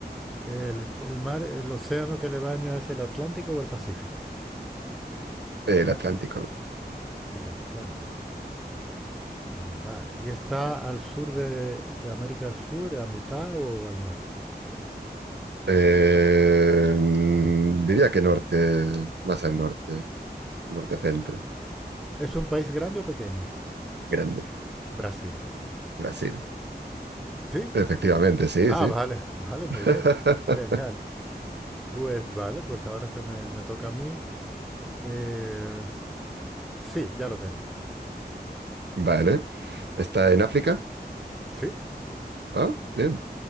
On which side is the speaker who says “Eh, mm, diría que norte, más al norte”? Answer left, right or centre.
Right